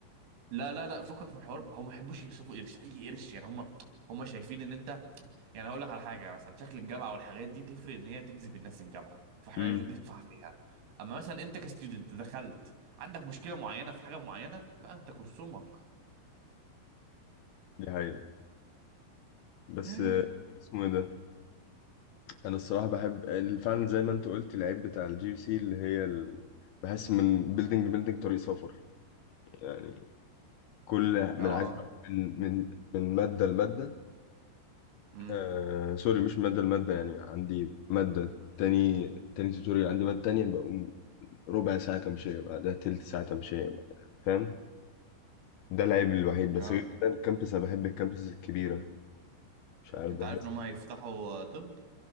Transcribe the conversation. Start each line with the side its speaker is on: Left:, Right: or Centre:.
Right: لا لا لا فكك من الحوار هم ما يحبوش يصرفوا قرش اي قرش يعني هم هم شايفين ان انت يعني هقول لك على حاجه مثلا شكل الجامعه والحاجات دي تفرق ان هي تجذب الناس الجامعه فاحنا
Left: امم
Right: ندفع فيها اما مثلا انت كستودنت دخلت عندك مشكله معينه في حاجه معينه لا انت كسومك
Left: دي حقيقة بس
Right: <laughs>
Left: آه، اسمه ايه ده انا الصراحه بحب ال- فعلا زي ما انت قلت العيب بتاع الجي سي اللي هي ال... بحس من بيلدينج بيلدينج طريق سفر يعني كل
Right: اه
Left: من عايز أروح من من من ماده لماده
Right: امم
Left: آه سوري مش مادة المادة يعني عندي مادة تاني تاني توتوريال عندي مادة تانية بقوم ربع ساعة تمشية بعدها تلت ساعة تمشية بعدها فاهم ده العيب الوحيد بس
Right: اه
Left: غير كده الكامبس أنا بحب الكامبس الكبيرة مش عارف
Right: انت
Left: بحس
Right: عارف ان هم هيفتحوا آه، طب